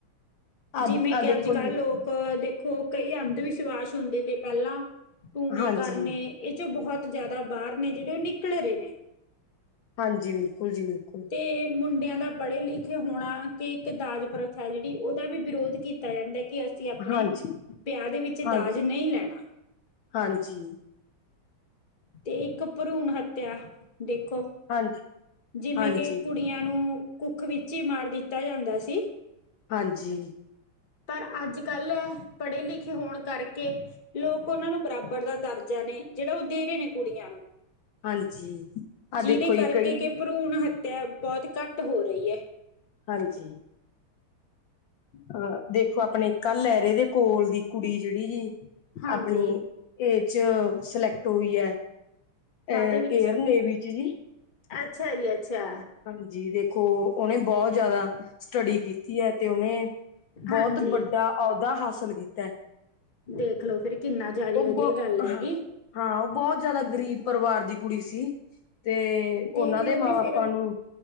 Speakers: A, on the left; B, on the left.
A: ਆ
B: ਜਿਵੇਂ ਕਿ
A: ਆ ਦੇਖੋ
B: ਅੱਜ ਕੱਲ੍ਹ
A: ਜੀ
B: ਲੋਕ ਅਹ ਦੇਖੋ ਕਈ ਅੰਧ ਵਿਸ਼ਵਾਸ ਹੁੰਦੇ ਤੇ ਪਹਿਲਾਂ ਟੂਣੇ
A: ਹਾਂਜੀ,
B: ਕਰਨੇ। ਇਹ ਚੋਂ ਬਹੁਤ ਜਿਆਦਾ ਬਾਹਰ ਨੇ ਜਿਹੜੇ ਉਹ ਨਿਕਲ ਰਹੇ ਨੇ।
A: ਹਾਂਜੀ ਬਿਲਕੁਲ ਜੀ ਬਿਲਕੁਲ।
B: ਤੇ ਮੁੰਡਿਆਂ ਦਾ ਪੜ੍ਹੇ ਲਿਖੇ ਹੋਣਾ ਕਿ ਇੱਕ ਦਾਜ ਪ੍ਰਥਾਹੈ ਜਿਹੜੀ ਉਹਦਾ ਵੀ ਵਿਰੋਧ ਕੀਤਾ ਦਿੱਤਾ ਜਾਂਦਾ ਕਿ ਅਸੀਂ ਆਪਣੇ
A: ਹਾਂਜੀ,
B: ਵਿਆਹ ਦੇ ਵਿੱਚ
A: ਹਾਂਜੀ,
B: ਦਾਜ ਨਹੀਂ ਲੈਣਾ
A: ਹਾਂਜੀ
B: ਤੇ ਇੱਕ ਭਰੂਣ ਹੱਤਿਆ ਦੇਖੋ
A: ਹਾਂਜੀ,
B: ਜਿਵੇਂ
A: ਹਾਂਜੀ,
B: ਕਿ ਕੁੜੀਆਂ ਨੂੰ ਕੁੱਖ ਵਿੱਚ ਹੀ ਮਾਰ ਦਿੱਤਾ ਜਾਂਦਾ ਸੀ।
A: ਹਾਂਜੀ,
B: ਪਰ ਅੱਜ ਕੱਲ੍ਹ ਹੈ ਪੜ੍ਹੇ ਲਿਖੇ ਹੋਣ ਕਰਕੇ। ਲੋਕ ਉਹਨਾਂ ਨੂੰ ਬਰਾਬਰ ਦਾ ਦਰਜਾ ਨੇ ਜਿਹੜਾ ਉਹ ਦੇ ਰਹੇ ਨੇ ਕੁੜੀਆਂ ਨੂੰ।
A: ਹਾਂਜੀ ਆਹ
B: ਜਿਹਦੇ
A: ਦੇਖੋ ਜੀ
B: ਕਰਕੇ
A: ਕਈ
B: ਕਿ ਭਰੂਣ ਹੱਤਿਆ ਬਹੁਤ ਘੱਟ ਹੋ ਰਹੀ ਹੈ।
A: ਹਾਂਜੀ ਅਹ ਦੇਖੋ ਆਪਣੇ ਕ ਲਹਿਰੇ ਦੇ ਕੋਲ ਦੀ ਕੁੜੀ ਜਿਹੜੀ ਜੀ
B: ਹਾਂਜੀ
A: ਆਪਣੀ ਇਹ ਚ ਸਲੈਕਟ ਹੋਈ ਹੈ ਏਅਰ
B: ਕਾਹਦੇ ਵਿੱਚ
A: ਨੇਵੀ ਚ ਜੀ
B: ਅੱਛਾ ਜੀ ਅੱਛਾ
A: ਹਾਂਜੀ ਦੇਖੋ ਉਹਹਨੇ ਬਹੁਤ ਜ਼ਿਆਦਾ ਸਟੱਡੀ ਕੀਤੀ ਹੈ ਤੇ ਉਹਨੇ ਬਹੁਤ
B: ਹਾਂਜੀ
A: ਵੱਡਾ ਅਹੁਦਾ ਹਾਸਲ ਕੀਤਾ ਹੈ
B: ਦੇਖਲੋ ਫੇਿਰ ਕਿੰਨਾ ਜ਼ਿਆਦਾ
A: ਉਹ
B: ਵਧੀਆ
A: ਬ
B: ਗੱਲ ਹੈਗੀ
A: ਹਾਂ ਹਾਂ ਉਹ ਬਹੁਤ ਜ਼ਿਆਦਾ ਗਰੀਬ ਪਰਿਵਾਰ ਦੀ ਕੁੜੀ ਸੀ ਤੇ ਉਹਨਾਂ
B: ਦੇਖਲੋ
A: ਦੇ ਮਾਂ
B: ਵੀ ਫਿਰ
A: ਬਾਪ ਸਾਨੂੰ